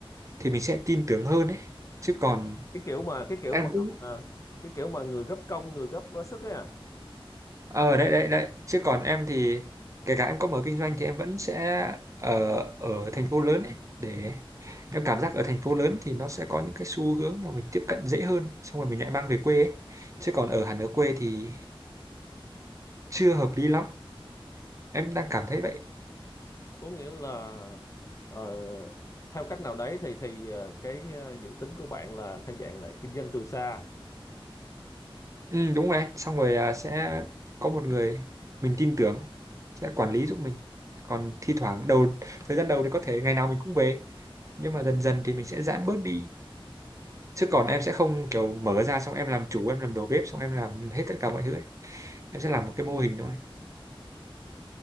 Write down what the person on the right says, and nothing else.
thì mình sẽ tin tưởng hơn đấy chứ còn
em
cũng
ờ đấy đấy đấy chứ còn em thì kể cả em có mở kinh doanh thì em vẫn sẽ ở ở thành phố lớn ấy để em cảm giác ở thành phố lớn thì nó sẽ có những cái xu hướng mà mình tiếp cận dễ hơn xong rồi mình lại mang về quê ấy. chứ còn ở hẳn ở quê thì chưa hợp lý lắm em đang cảm thấy vậy
ừ, đúng rồi anh xong rồi à, sẽ có một người mình tin tưởng sẽ quản lý giúp mình còn thi thoảng đầu thời gian đầu thì có thể ngày nào mình cũng về nhưng mà dần dần thì mình sẽ giãn bớt đi chứ còn em sẽ không kiểu mở ra xong em làm chủ em làm đầu bếp xong em làm hết tất cả mọi thứ ấy. em sẽ làm một cái mô hình thôi